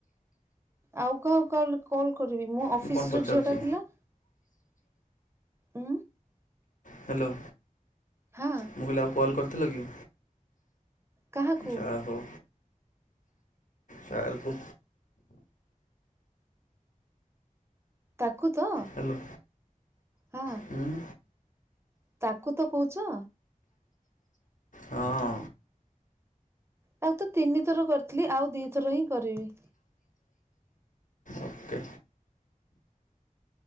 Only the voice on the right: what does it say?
ଆଉ କାହାକୁ କାଲ କଲ କରିବି ମୋ ଅଫିସରେ
ଯୋଉ ଝିଅଟା ଥିଲା। ଉଁ
ହଁ।
କାହାକୁ
ତାକୁ ତ?
ହଁ।
ତାକୁ ତ କହୁଛ।
ତାକୁ ତ ତିନି ଥର କରିଥିଲି, ଆଉ ଦୁଇଥର ହିଁ କରିବି।